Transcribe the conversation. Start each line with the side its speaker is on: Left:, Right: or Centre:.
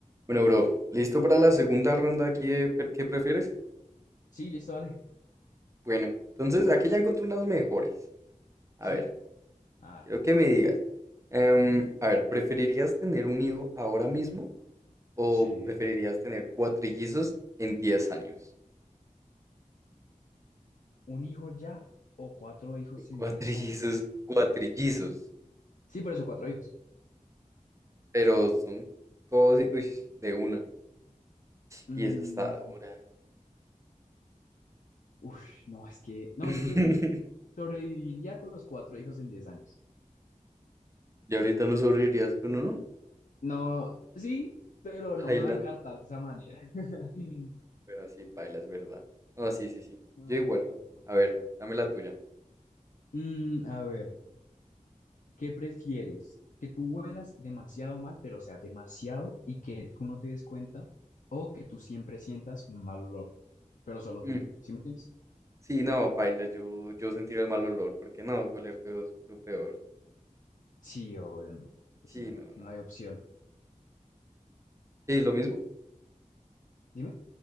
Right: Bueno, bro, ¿listo para la segunda ronda aquí de pre- qué prefieres?
Left: Sí, listo, dale.
Right: Bueno, entonces aquí ya encontré unas mejores. A
Left: ¿Sí?
Right: ver,
Left: Ah,
Right: quiero que me digas. em, a ver, ¿preferirías tener un hijo ahora mismo o
Left: Sí.
Right: preferirías tener cuatrillizos en diez años?
Left: ¿un hijo ya o cuatro hijos en
Right: Cuatrillizos,
Left: 10 años?
Right: cuatrillizos,
Left: Sí, por eso, cuatro hijos.
Right: pero son todos uy, de una.
Left: Mm,
Right: Y esa está dura.
Left: uf, no, es que, no,
Right: <laughs>
Left: yo creo que sobreviviría con los cuatro hijos en 10 años.
Right: ¿Y ahorita no sobrevivirías con
Left: No, sí, pero no
Right: uno?
Left: me va a encartar de esa manera. <laughs>
Right: Pero sí, paila, es verdad. No, sí, sí, sí.
Left: No,
Right: Yo igual.
Left: no aguanta, no aguanta.
Right: A ver, dame la tuya.
Left: Mm, a ver, ¿qué prefieres? ¿Que tú huelas demasiado mal, pero o sea, demasiado y que tú no te des cuenta? ¿O que tú siempre sientas un mal olor? pero solo
Right: Mm,
Left: tú. ¿Sí me entiendes?
Right: Sí, no, paila, yo, yo sentir el mal olor, porque no, oler feo es lo peor.
Left: Sí, obvio, no. Ahí
Right: Sí,
Left: sí no,
Right: no, no,
Left: no
Right: no.
Left: hay opción.
Right: Sí, lo mismo,
Left: Dime.